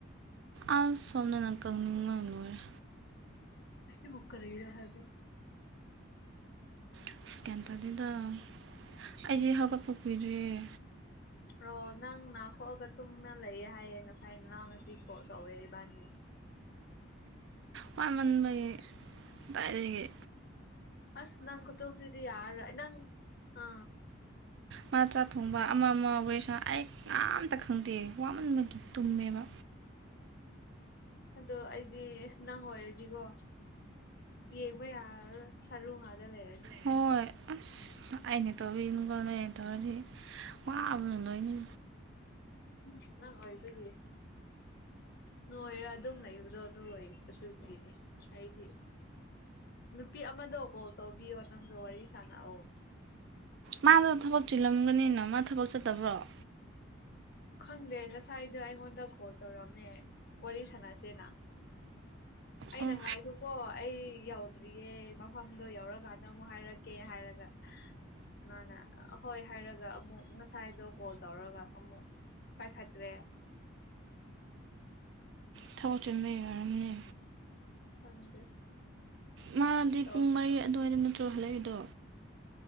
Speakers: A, on the right (about 60°); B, on the left (about 50°).
A: ꯑꯁ ꯁꯣꯝꯗꯅ ꯀꯪꯅꯤꯡꯕ ꯂꯣꯏꯔꯦ꯫
B: ꯑꯁꯤꯕꯨ ꯀꯔꯤꯔꯥ ꯍꯥꯏ꯫
A: <unintelligible> ꯑꯩꯗꯤ ꯍꯧꯒꯠꯄ ꯀꯨꯏꯗꯔ꯭ꯤꯌꯦ꯫
B: ꯑꯣ ꯅꯪ ꯅꯥꯈꯣꯛꯑꯒ ꯇꯨꯝꯃ ꯂꯩꯌꯦ ꯍꯥꯏꯌꯦ ꯉꯁꯥꯏ ꯅꯅꯥꯎꯅꯨ ꯄꯤꯀꯣꯜ ꯇꯧꯋꯦ ꯏꯕꯥꯅꯤ꯫
A: ꯋꯥꯃꯟꯕꯒꯤ ꯗꯥꯏꯗꯒꯤ꯫
B: ꯑꯁ ꯅꯪ ꯈꯨꯇꯨꯝꯗꯨꯗꯤ ꯌꯥꯔꯔꯣꯏ ꯅꯪ ꯑ
A: ꯃꯥ ꯆꯥꯛ ꯊꯣꯡꯕ ꯑꯃ ꯑꯃ ꯋꯥꯔꯤꯁꯥ ꯑꯩ ꯀꯅꯝꯇ ꯈꯪꯗꯦ ꯋꯥꯃꯟꯕꯒꯤ ꯇꯨꯝꯃꯦꯕ꯫
B: ꯑꯗꯣ ꯑꯩꯗꯤ ꯅꯪ ꯑꯣꯏꯔꯗꯤꯀꯣ ꯌꯦꯡꯕ ꯌꯥꯔꯔꯣꯢ ꯁꯔꯨ ꯉꯥꯗ ꯂꯩꯔꯅꯤ꯫
A: ꯍꯣꯏ ꯑꯁ ꯑꯩꯅ <unintelligible> ꯋꯥꯕꯅ ꯂꯣꯏꯅꯤ꯫
B: ꯎꯝ ꯅꯪ ꯑꯣꯏꯕꯒꯤ ꯅꯣꯏꯔ ꯑꯗꯨꯝ ꯂꯩꯕꯗꯣ ꯅꯣꯏ ꯑꯗꯨꯒꯤꯅꯤ ꯑꯩꯗꯤ ꯅꯨꯄꯤ ꯑꯃꯗꯣ ꯀꯣꯜ ꯇꯧꯕꯤꯌꯣ ꯅꯪꯗꯣ ꯋꯥꯔꯤ ꯁꯥꯟꯅꯑꯣ꯫
A: ꯃꯥꯗꯣ ꯊꯕꯛ ꯆꯤꯜꯂꯝꯒꯅꯤꯅ ꯃꯥ ꯊꯕꯛ ꯆꯠꯇꯕ꯭ꯔꯣ?
B: ꯈꯪꯗꯦ ꯉꯁꯥꯏꯗ ꯑꯩꯉꯣꯟꯗ ꯀꯣꯜ ꯇꯧꯔꯝꯃꯦ ꯋꯥꯔꯤ ꯁꯥꯟꯅꯁꯦꯅ꯫ ꯑꯩꯅ
A: ꯑꯣ
B: ꯉꯥꯏꯈꯣꯀꯣ ꯑꯩ ꯌꯧꯗ꯭ꯔꯤꯌꯦ ꯃꯐꯝꯗꯣ ꯌꯧꯔꯀꯥꯟꯗ ꯑꯃꯨꯛ ꯍꯥꯏꯔꯛꯀꯦ ꯍꯥꯏꯔꯒ ꯃꯥꯅ ꯍꯣꯏ ꯍꯥꯏꯔꯒ ꯑꯃꯨꯛ ꯉꯁꯥꯏꯗꯣ ꯀꯣꯜ ꯇꯧꯔꯒ ꯑꯃꯨꯛ ꯄꯥꯏꯈꯠꯇ꯭ꯔꯦ꯫
A: ꯊꯕꯛ ꯆꯤꯟꯕꯩ ꯑꯣꯏꯔꯝꯅꯤ꯫
B: ꯈꯪꯗꯦ꯫
A: ꯃꯥꯗꯤ
B: ꯇꯧ
A: ꯄꯨꯡ ꯃꯔꯤ ꯑꯗꯨꯋꯥꯏꯗ ꯅꯠꯇ꯭ꯔꯣ ꯍꯜꯂꯛꯏꯗꯣ꯫